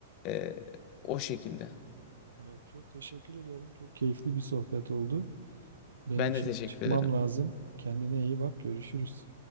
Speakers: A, on the left; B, on the right.
A: e, o şekilde.
B: Evet, çok teşekkür ederim. Çok keyifli bir sohbet oldu. Benim
A: Ben de
B: şimdi
A: teşekkür
B: çıkmam
A: ederim.
B: lazım. Kendine iyi bak. Görüşürüz.